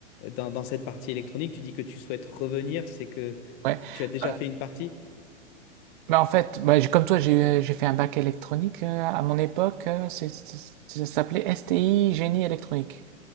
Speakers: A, on the left (about 35°); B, on the right (about 45°).
A: dans, dans cette partie électronique. Tu dis que tu souhaites revenir, c'est que
B: Ouais.
A: tu as déjà
B: Bah,
A: fait une partie?
B: bah, en fait, bah, j'ai- comme toi, j'ai j'ai fait un bac électronique euh, à mon époque. euh, c'est- c'est- ça s'appelait STI, génie électronique.